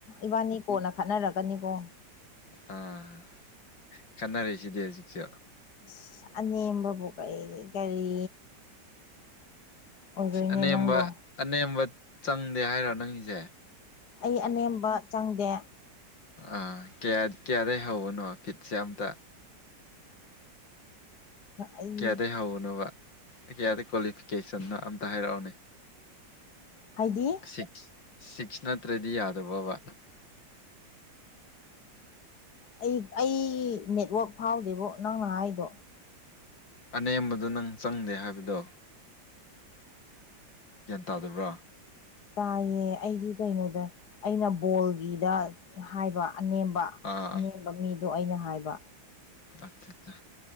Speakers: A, on the left (about 60°); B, on the left (about 80°).
A: ꯏꯕꯥꯅꯤ ꯀꯣꯟꯅ ꯈꯠꯅꯔꯒꯅꯤꯀꯣ
B: ꯑꯥ ꯈꯟꯅꯔꯁꯤꯗꯤ ꯍꯧꯖꯤꯛꯁꯨ
A: ꯑꯁ ꯑꯅꯦꯝꯕꯕꯨ ꯀꯩ ꯀꯔꯤ ꯑꯣꯏꯔꯣꯏꯅꯦ
B: ꯑꯅꯦꯝꯕ
A: ꯅꯪꯕꯣ
B: ꯑꯅꯦꯝꯕ ꯆꯪꯗꯦ ꯍꯥꯏꯔꯣ ꯅꯪꯒꯤꯁꯦ
A: ꯑꯩ ꯑꯅꯦꯝꯕ ꯆꯪꯗꯦ
B: ꯑꯥ ꯀꯌꯥ ꯀꯌꯥꯗꯩ ꯍꯧꯕꯅꯣ ꯀꯤꯠꯁꯦ ꯑꯝꯇ
A: ꯑꯩ
B: ꯀꯌꯥꯗꯒꯤ ꯍꯧꯕꯅꯣꯕ ꯀꯌꯥꯗꯩ ꯀ꯭ꯋꯥꯂꯤꯐꯤꯀꯦꯁꯟꯅꯣ ꯑꯝꯇ ꯍꯥꯏꯔꯛꯑꯣꯅꯦ
A: ꯍꯥꯏꯗꯤ
B: ꯁꯤꯛꯁ ꯁꯤꯛꯁ ꯅꯠꯇ꯭ꯔꯗꯤ ꯌꯥꯗꯕꯕ
A: ꯑꯩ ꯑꯩ ꯅꯦꯠꯋꯥꯛ ꯐꯥꯎꯗꯦꯕꯣ ꯅꯪ ꯅ ꯍꯥꯏꯗꯣ
B: ꯑꯅꯦꯝꯕꯗꯣ ꯅꯪ ꯆꯪꯗꯦ ꯍꯥꯏꯕꯗꯣ ꯒ꯭ꯌꯥꯟ ꯇꯥꯗꯕ꯭ꯔꯣ
A: ꯇꯥꯏꯌꯦ ꯑꯩꯗꯤ ꯀꯩꯅꯣꯗ ꯑꯩꯅ ꯕꯣꯜꯒꯤꯗ ꯍꯥꯏꯕ ꯑꯅꯦꯝꯕ
B: ꯑꯥ
A: ꯑꯅꯦꯝꯕ ꯃꯤꯗꯣ ꯑꯩꯅ ꯍꯥꯏꯕ
B: ꯑꯆꯠ ꯆꯥ